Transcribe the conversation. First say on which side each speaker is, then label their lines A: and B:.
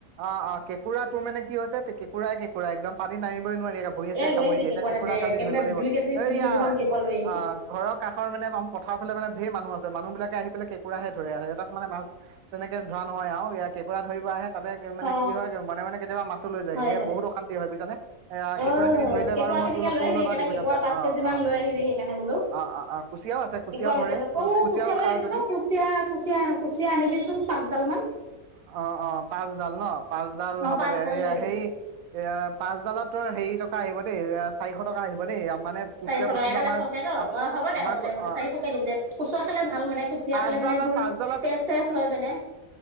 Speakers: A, on the right; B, on the right.
A: অ', অ', কেঁকোৰা তোৰ মানে কি হৈছে, কেঁকোৰাই কেঁকোৰা একদম পানীত নামিবই নোৱাৰি ভৰিয়ে-চৰিয়ে
B: এ লৈ
A: কামুৰি
B: আহিবি
A: দিয়ে,
B: কেঁকুৰা
A: এতিয়া কেঁকোৰা
B: তেন্তে
A: কালি
B: তেন্তে
A: ধৰিব লাগিব,
B: দুই কেজি
A: এইয়া
B: তিনি কেজি মান কেঁকুৰা লৈ আহিবি
A: আহ ঘৰ কাষৰ মানে পথাৰৰ ফালে মানে ঢেৰ মানুহ আছে, মানুহবিলাকে আহি পেলাই কেকুৰাহে তাত মানে মাছ, তেনেকে ধৰা নহয় আৰু কেঁকোৰা ধৰিব আহে, তাতে মানে
B: অ
A: কি হয়, মনে মনে কেতিয়াবা মাছ ও' লৈ যায়গে
B: হয়
A: হে
B: হয়
A: বহুত অশান্তি হয় বুজিছনে, আহ
B: অ
A: কেকুৰা খিনি ধৰিলে
B: কেঁকুৰা
A: বাৰু মই
B: খিনিকে লৈ
A: তোলৈ
B: আহিবি সেইকাৰণে
A: বাৰু দি পথিয়াম
B: কেঁকুৰা
A: দে।
B: পাঁচ
A: অ
B: কেজি মান
A: অ
B: লৈ আহিবি সেইকাৰণে বোলো,
A: অ অ অ কুচিয়াও আছে কুচিয়াও
B: কি কব বিচাৰিছো
A: ধৰে
B: কৌ-কুচিয়া
A: কুচিয়াও
B: লৈ
A: খা
B: আহিবিচোন
A: যদি
B: কু কুচিয়া, কুচিয়া, কুচিয়া আনিবিচোন, পাঁচডাল মান।
A: অ', অ', পাঁচডাল ন, পাঁচডাল
B: অ
A: হ'ব
B: পাঁচডাল
A: দে, এয়া
B: লৈ আহিবি
A: সেই এয়া পাঁচডালত তোৰ হেৰি টকা আহিব দেই, চাৰিশ টকা আহিব দেই মানে কুচিয়া
B: চাৰিশ টকা
A: বস্তুটো
B: এডাল
A: আমাৰ
B: এশ কে ন' অ', হ'ব দে,
A: আমাৰ
B: হ'ব দে-দে
A: অ
B: চাৰিশকে দিম দে, কুচিয়া খালে ভাল মানে কুচিয়া
A: পাঁচডালত
B: খালে মানে জো
A: পাঁচডালত
B: তেজ-চেজ হয় মানে।